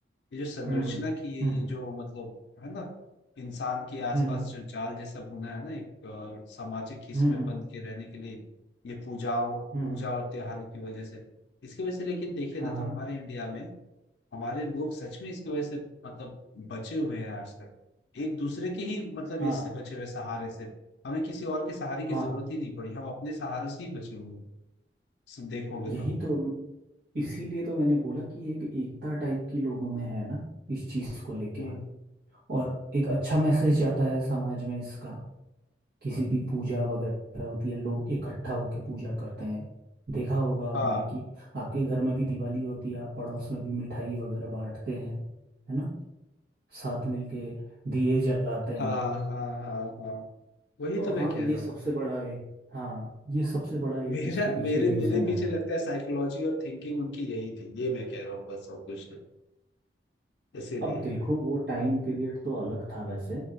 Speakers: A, on the left; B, on the right.
A: ये जो संरचना
B: हम्म हम्म
A: की है
B: हम्म
A: ये जो मतलब है ना इंसान के आसपास
B: हम्म
A: जो जाल जैसा बुना है ना एक अ, सामाजिक इसमें
B: हम्म
A: बंध के रहने के लिए ये पूजाओं
B: हम्म
A: पूजा
B: हम्म,
A: और त्योहारों की वजह से इसकी वजह से लेकिन देखे
B: हाँ
A: ना तो
B: हाँ
A: हमारे इंडिया में हमारे लोग सच में इसकी वजह से मतलब बचे हुए हैं आज तक एक दूसरे के ही मतलब
B: हाँ
A: इससे बचे हुए हैं, सहारे से हमें किसी और के सहारे की
B: हाँ
A: जरूरत ही नहीं पड़ी हम अपने सहारे से ही बचे हुए हैं सो देखोगे
B: यही
A: तो
B: तो इसीलिए तो मैंने बोला कि एक एकता टाइप की लोगों में है ना इस चीज़ को लेके
A: हम्म
B: और एक अच्छा मैसेज जाता है समाज में इसका किसी की पूजा वगैरह होती है लोग इकट्ठा होके पूजा करते हैं देखा होगा आपने
A: हाँ
B: कि आपके घर में भी दिवाली होती है आप पड़ोस में भी मिठाई वगैरह बांटते हैं है ना साथ मिलके दिए जलाते हैं
A: हाँ हाँ हाँ हाँ वही
B: तो
A: तो
B: हाँ
A: मैं कह
B: ये
A: रहा
B: सबसे
A: हूँ
B: बड़ा एक हाँ ये सबसे बड़ा एक
A: मेरा
B: इसके पीछे
A: मेरे
B: रीजन
A: मेरे
B: है
A: पीछे लगता है साइकोलॉजी और थिंकिंग उनकी यही थी ये मैं कह रहा हूँ बस और कुछ नहीं इसीलिए
B: अब देखो वो टाइम पीरियड तो अलग था वैसे